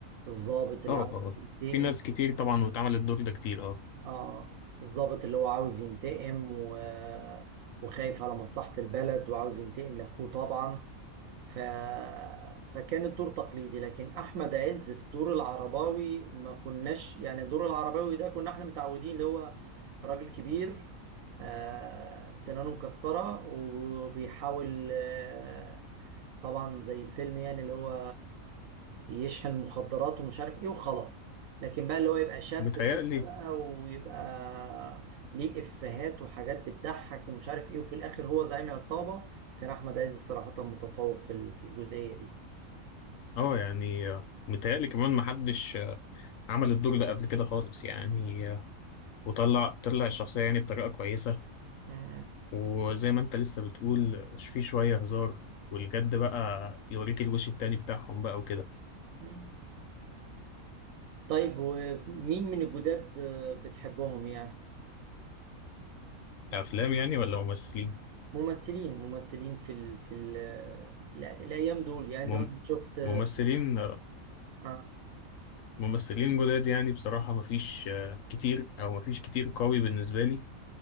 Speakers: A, on the right; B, on the left.
A: الضابط اللي
B: اه
A: عارف
B: اه اه.
A: ينتقي
B: في ناس كتير طبعا واتعمل الدور ده كتير اه
A: اه الضابط اللي هو عاوز ينتقم و... وخايف على مصلحة البلد وعاوز ينتقم لأخوه طبعا ف... فكان الدور تقليدي لكن احمد عز في دور العرباوي ما كناش يعني دور العرباوي ده كنا احنا متعودين اللي هو راجل كبير آه، سنانه مكسرة وبيحاول آه، طبعا زي الفيلم يعني اللي هو يشحن مخدرات ومش عارف ايه وخلاص لكن بقى اللي هو يبقى شاب
B: متهيألي
A: كده بقى ويبقى ليه افيهات وحاجات بتضحك ومش عارف ايه وفي الاخر هو زعيم عصابة كان احمد عز صراحة متفوق في ال- في الجزئية دي
B: اه يعني آه، متهيألي كمان محدش آه، عمل الدور ده قبل كده خالص يعني آه، وطلع طلع الشخصية يعني بطريقة كويسة
A: مم.
B: وزي ما انت لسه بتقول في شوية هزار والجد بقى يوريك الوش التاني بتاعهم بقى وكده
A: مم. طيب ومين من الجداد آه، بتحبهم يعني بت-
B: أفلام يعني ولا ممثلين؟
A: ممثلين ممثلين في ال في ال الأ- الايام دول يعني
B: مم-
A: انت مثلا شفت
B: ممثلين
A: آه
B: ممثلين جداد يعني بصراحة مفيش آه، كتير أو مفيش كتير قوي بالنسبة لي